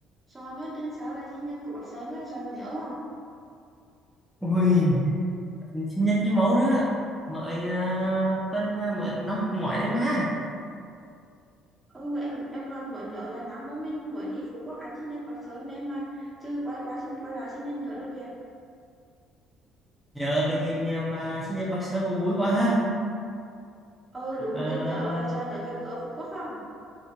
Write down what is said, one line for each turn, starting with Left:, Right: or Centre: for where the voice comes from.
Right: Son ơi tên sáu là sinh nhật của bác Sơn á Son còn nhớ không
Centre: Ui, sinh nhật với mẫu đó mời uh, bên à, mới năm ngoại đấy mà
Right: ừ em em đợt mới nhớ là năm bố mình mới đi Phú Quốc ăn sinh nhật bác Sơn đấy mà chứ quay quá sinh quay lại sinh nhật nữa rồi kìa
Centre: Nhờ cái kỷ niệm mà sinh nhật Bắc Sơn cũng vui quá ha
Right: ừ đúng
Centre: à,
Right: cái nhớ Son nhớ cái bữa ở Phú Quốc không